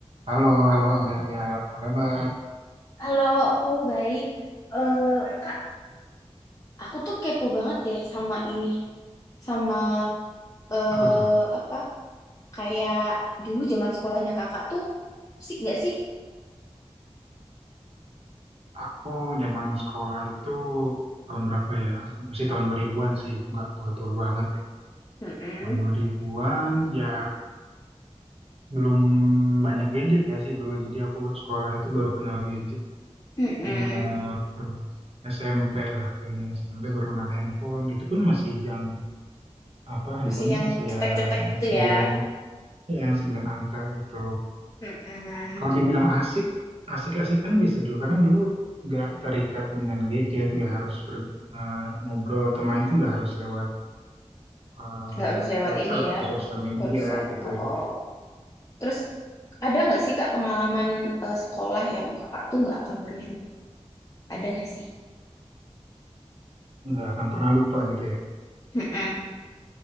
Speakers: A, on the right (about 60°); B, on the left (about 30°).
A: Halo
B: Kang,
A: Amelia, apa kabar?
B: Halo, aku baik. Eh, Kak, aku tuh kepo banget deh sama ini, sama eh
A: Apa tuh?
B: apa kayak dulu zaman sekolahnya kakak tuh asik gak sih?
A: Aku zaman sekolah itu tahun berapa ya? Masih tahun 2000-an sih, aku nggak tua-tua banget ya.
B: Mm-mm,
A: Tahun 2000-an ya belum banyak gadget ya sih dulu. Jadi aku sekolah itu baru kenal gadget
B: mm-mm.
A: umur SMP lah kayaknya. SMP baru kenal handphone. Itu pun masih yang apa handphonenya
B: Masih yang
A: masih
B: cetek-cetek
A: yang
B: gitu
A: 9,
B: ya.
A: ya yang 9 angka gitu.
B: Mm-mm.
A: Kalau dibilang asik, asik-asik aja sih dulu. Karena dulu nggak terikat dengan gadget, nggak harus ber- eh, ngobrol atau main tuh nggak harus lewat eh,
B: Nggak harus lewat
A: WhatsApp
B: ini ya,
A: atau sosial media
B: ponsel.
A: gitu.
B: Oh,
A: ya.
B: oh. Terus ada nggak sih Kak pengalaman eh, sekolah yang kakak tuh nggak akan pernah lupa? Ada nggak sih?
A: Nggak akan pernah lupa gitu ya.
B: Mm-mm.